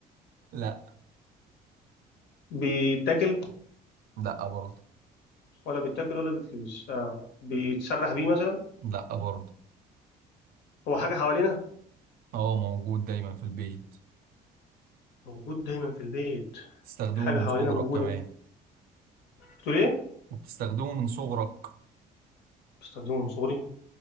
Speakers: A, on the right; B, on the left.
A: <laughs> لا
B: بيتاكل
A: لا برضه
B: ولا بيتاكل ولا بيتلبس آه بيتسرح بيه مثلا
A: لا برضه
B: هو حاجة حوالينا
A: هو موجود دايما في البيت
B: موجود دايما في البيت
A: تستخدمه
B: حاجة
A: من
B: حوالينا
A: صغرك
B: موجودة
A: كمان
B: بتقول إيه؟
A: وبتستخدمه من صغرك
B: بستخدمه من صغري